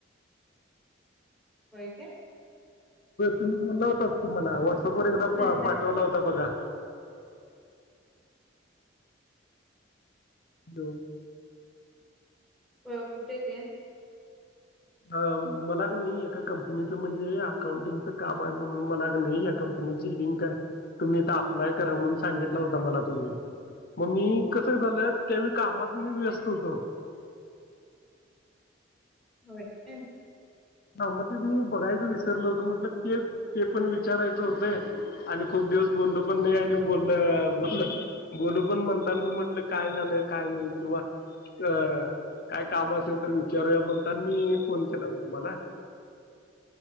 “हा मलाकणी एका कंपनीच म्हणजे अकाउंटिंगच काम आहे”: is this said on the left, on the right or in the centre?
Left